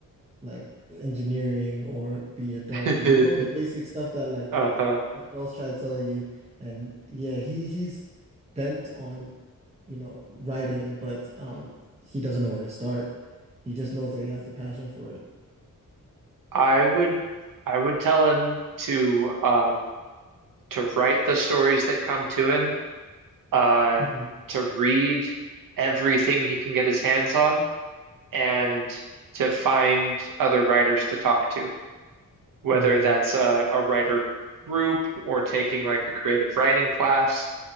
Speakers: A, on the right; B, on the right.
A: like engineering or be a doctor.
B: <laughs>
A: You know, the basic stuff that like
B: Uh-huh.
A: adults try to tell you. And yeah, he he's bent on, you know, writing, but um he doesn't know where to start. He just knows that he has the passion for it.
B: I would I would tell him to um to write the stories that come to him, uh
A: Mhm.
B: to read everything he can get his hands on and to find other writers to talk to, whether
A: Mm,
B: that's a, a writer group or taking like a creative writing class,